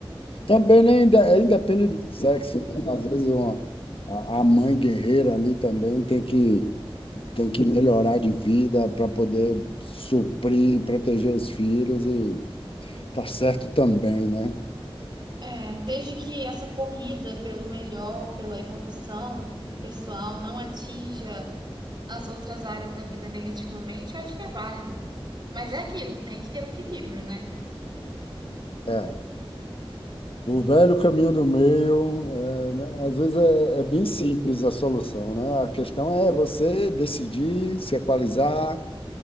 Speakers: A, on the left (about 65°); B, on the right (about 55°).
A: Também nem inde- é independe de sexo, né? Às vezes uma, a, a mãe guerreira ali também tem que tem que melhorar de vida para poder suprir, e proteger os filhos e tá certo também, né?
B: É, desde que essa corrida pelo melhor, pela evolução pessoal, não atinja as outras áreas da vida negativamente, eu acho que é válido. Mas é aquilo, tem que ter o equilíbrio, né?
A: É. O velho caminho do meio, é, né, às vezes é, é bem simples a solução, né? A questão é você decidir, se equalizar,